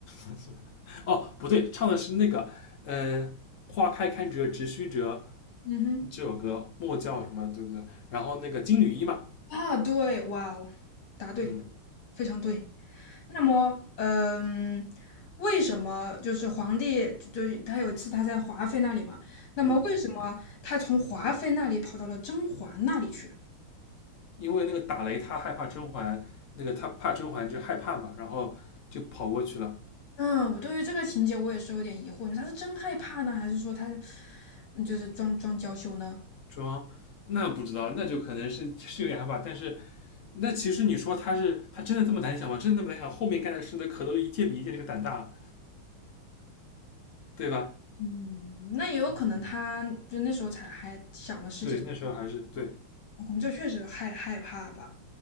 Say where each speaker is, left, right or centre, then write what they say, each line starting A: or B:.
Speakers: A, on the left (about 85°); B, on the left (about 70°).
A: <laughs> 哦，不对，唱的是那个，呃，花开堪折直须折
B: 嗯哼，
A: 这首歌，莫叫什么，对不对？然后那个金缕衣嘛，
B: 啊，对，哇哦，答对，
A: 嗯
B: 非常对。那么，嗯，为什么就是皇帝就他有一次他在华妃那里嘛？那么为什么他从华妃那里跑到了甄嬛那里去？
A: 嗯，因为那个打雷他害怕甄嬛，那个他怕甄嬛就害怕嘛，然后就跑过去了。
B: 嗯，我对于这个情节我也是有点疑惑，你说他是真害怕呢，还是说他嗯就是装装娇羞呢？
A: 装那不知道，那就可能是是有点害怕，但是那其实你说他是他真的这么胆小吗？真的那么胆小？后面干的事那可都一件比一件这个胆大，对吧？
B: 嗯，那也有可能他就那时候才还小嘛，
A: 嗯，
B: 十几岁，
A: 对，那时候还是对，
B: 可能就确实害害怕吧。